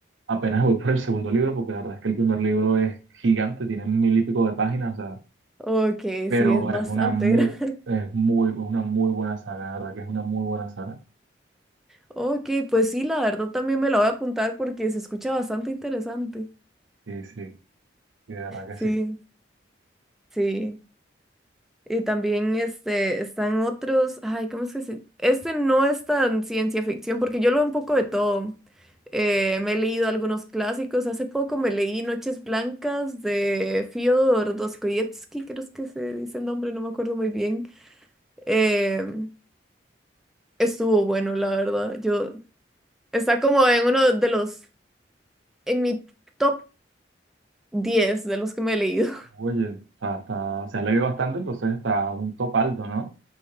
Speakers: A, on the right; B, in the centre.
A: Apenas voy por el segundo libro porque la verdad es que el primer libro es gigante, tiene mil y pico de páginas, o sea,
B: Ok,
A: pero
B: sí, es bastante
A: es una muy,
B: grande. <laughs>
A: es muy, una muy buena saga, de verdad que es una muy buena saga.
B: Ok, pues sí, la verdad también me la voy a apuntar porque se escucha bastante interesante.
A: Sí, sí, sí, de verdad que
B: Sí,
A: sí.
B: sí. Y también este, están otros, ay, ¿cómo es que se...? Este no es tan ciencia ficción porque yo leo un poco de todo. Eh, me he leído algunos clásicos, hace poco me leí Noches Blancas de Fyodor Dostoyevsky, creo es que se dice el nombre, no me acuerdo muy bien. Em, estuvo bueno, la verdad. Yo, está como en uno de los, en mi top diez de los que me he leído. <laughs>
A: Oye, o sea, está, se ha leído bastante, entonces está un top alto, ¿no?